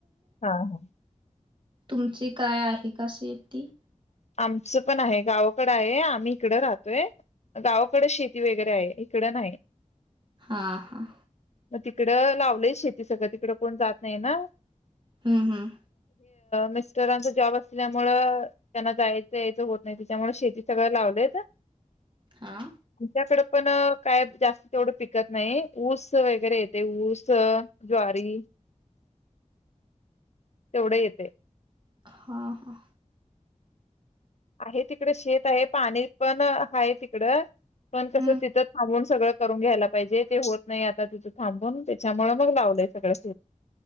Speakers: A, on the left; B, on the right.
A: हा हा.
B: तुमची काय आहे का शेती?
A: आमचं पण आहे गावाकड आहे आम्ही इकड राहतोय. गावाकडे शेती वगैरे आहे इकडं नाही.
B: हा हा.
A: मग तिकडं लावलंय शेती सगळं तिकडं कोण जात नाही ना.
B: हम्म हम्.
A: मिस्टरांचा जॉब असल्यामुळं त्यांना जायचं यायचं होत नाही त्याच्यामुळे शेती सगळं लावलेत.
B: हा.
A: आमच्याकडे पण काय जास्त तेवढं पिकत नाही ऊस वगैरे येते ऊस जवारी तेवढे येते.
B: हा हा.
A: आहे तिकड शेत आहे पाणी पण आहे तिकडं. पण कसं
B: हम्म
A: तिथं थांबून सगळं करून घ्यायला पाहिजे ते होत नाही आता तिथं थांबून त्याच्यामुळे मग लावलेत. सगळ.